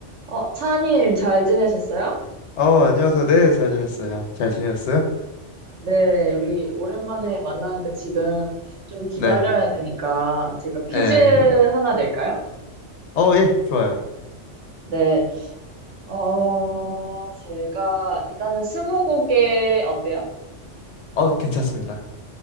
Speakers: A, on the right (about 75°); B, on the left (about 75°).
A: 어, 차님, 잘 지내셨어요?
B: 어, 안녕하세요. 네, 잘 지냈어요. 잘 지냈어요?
A: 네, 우리 오랜만에 만나는데 지금 좀 기다려야
B: 네.
A: 되니까 제가 퀴즈
B: 예.
A: 하나 낼까요?
B: 어, 예, 좋아요.
A: 네, 어, 제가 일단은 스무고개 어때요?
B: 어, 괜찮습니다.